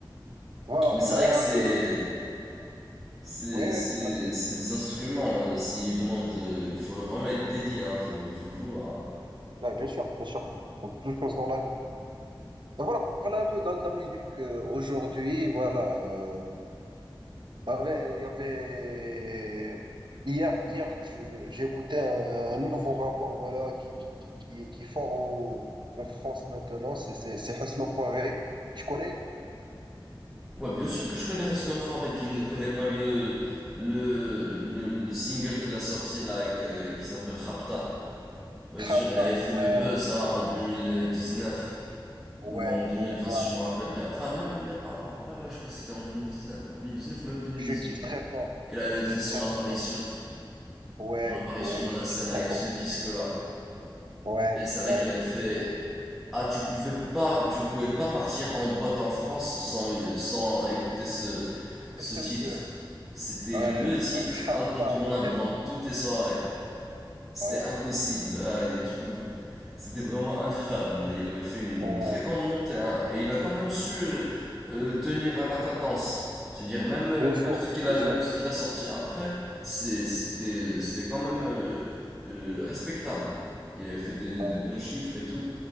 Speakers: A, on the right (about 65°); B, in the centre.
A: Voilà,
B: Mais
A: en parlant
B: c'est vrai que c'est.
A: un peu.
B: C'est
A: Ouais,
B: c'est-
A: ouais, vas-y.
B: c'est des instruments. euh, S'ils demandent. euh, faut vraiment être dédié, hein. Faut, faut le vouloir, hein.
A: Ouais, bien sûr, bien sûr. Comme toute chose dans la vie. Et voilà, pour parler un peu de la, de la musique, euh, aujourd'hui, voilà. euh, il y avait, il y avait... Hier, hier, je- je- j'ai écouté un, un nouveau rapport, voilà, qui, qui, qui, qui qui est fort au- en France maintenant. C'est c'est c'est Hustle Enfoiré. Tu connais?
B: Ouais, bien sûr que je connais Hustle et qui ne connaît pas le. Le, le, le single qu'il a sorti là avec, euh, qui s'appelle Rapta. Bien
A: Trapta.
B: sûr, elle avait fait
A: Ouais,
B: le buzz hein, en 2019
A: ouais,
B: ou en 2020
A: ouais, ouais.
B: si je me rappelle bien. Enfin, même, même avant. Ouais, ouais, je crois que c'était en 2019. 2019 ou même 2018.
A: Je kiffe très fort.
B: Elle avait
A: Je
B: fait
A: kiffe
B: son
A: très
B: apparition.
A: fort. Hus. Ouais,
B: Son apparition
A: ouais,
B: dans la
A: je kiffe
B: scène
A: très
B: avec ce
A: fort.
B: disque-là.
A: Ouais,
B: Et c'est vrai
A: ouais.
B: qu'elle avait fait...
A: <laughs>
B: Ah, tu pouvais pas, tu pouvais pas partir en boîte en France sans, euh, sans écouter ce, ce
A: C'est
B: titre.
A: sûr.
B: C'était
A: Ouais,
B: le titre
A: ouais, <laughs> Shabba,
B: incontournable dans toutes les soirées. C'était
A: ouais,
B: impossible. Ah, et tu veux- C'était vraiment invivable. Il avait fait une, une
A: ouais,
B: très grande montée, hein. Et il a quand même su euh, euh, tenir la cadence. C'est-à-dire, même, euh,
A: bien sûr,
B: même ce qu'il a,
A: bien sûr.
B: même ce qu'il a sorti après, c'est- c'était, c'était quand même euh, euh, respectable. Il avait fait des,
A: ouais.
B: des bons chiffres et tout.